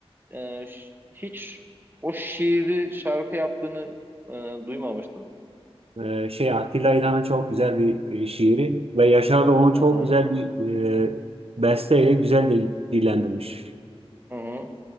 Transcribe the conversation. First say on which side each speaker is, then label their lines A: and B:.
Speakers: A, on the right; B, on the right.
A: e, ş- hiç o şiiri şarkı yaptığını e, duymamıştım.
B: Ee, şey Atilla İlhan'ın çok güzel bir e, şiiri ve Yaşar da onu
A: Hı
B: çok
A: hı,
B: güzel bir e, besteyle güzel de dillendirmiş.
A: hı hı.